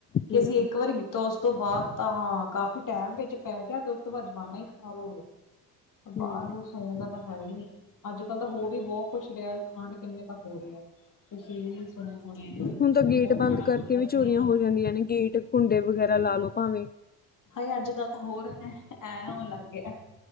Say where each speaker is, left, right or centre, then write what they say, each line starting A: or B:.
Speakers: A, on the left (about 45°); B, on the left (about 25°).
A: ਕਿ
B: ਹੂੰ,
A: ਅਸੀਂ ਇੱਕ ਵਰੀ ਤੋ ਓਸ ਤੋਂ ਬਾਦ ਤਾਂ ਕਾਫੀ ਟੈਮ ਵਿੱਚ ਪੈ ਗਿਆ, ਤੇ ਓਸ ਤੋਂ ਬਾਦ ਜ਼ਮਾਨਾ ਈ ਖਰਾਬ ਹੋ ਗਿਆ। ਬਾਰ
B: ਹੂੰ,
A: ਬੂਰ ਸੌਣ ਦਾ ਤਾਂ ਹੈ ਈ ਨੀ, ਅੱਜ ਕੱਲ ਤਾਂ ਹੋ ਵੀ ਬੋਤ ਕੁੱਛ ਰਿਆ ਕਾਂਡ ਕਿੰਨੇ ਤਾਂ ਹੋ ਰੇ ਆ। ਤੁਸੀਂ ਸੁਣੇ ਹੋਣੇ ਆ
B: ਹੁਣ ਤਾਂ
A: ਬਹੁਤ
B: ਗੇਟ ਬੰਦ
A: ਮਾੜਾ ਹਾਲ
B: ਕਰਕੇ
A: ਹੈ
B: ਵੀ
A: ਦੁਨੀਆਂ
B: ਚੋਰੀਆਂ
A: ਦਾ।
B: ਹੋ ਜਾਂਦੀਆਂ ਨੇ। ਗੇਟ ਕੁੰਡੇ ਵਗੈਰਾ ਲਾ ਲੋ ਭਾਵੇਂ।
A: ਹਾਏ ਅੱਜ ਕੱਲ ਤਾਂ ਹੋਰ ਹੈ ਐਂ ਹੋਣ ਲੱਗ ਗਿਆ।